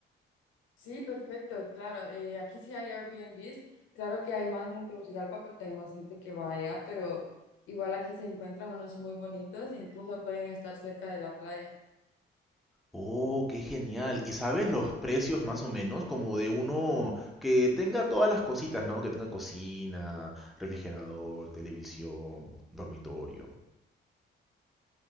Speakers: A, on the left (about 80°); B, in the centre.
A: Sí, perfecto, claro. eh, aquí sí hay Airbnbs. Claro que hay más en Tegucigalpa porque hay más gente que va allá, pero igual aquí se encuentran unos muy bonitos e incluso pueden estar cerca de la playa.
B: Oh, qué genial. ¿Y sabes los precios más o menos? Como de uno que tenga todas las cositas, ¿no? Que tenga cocina, refrigerador, televisión, dormitorio.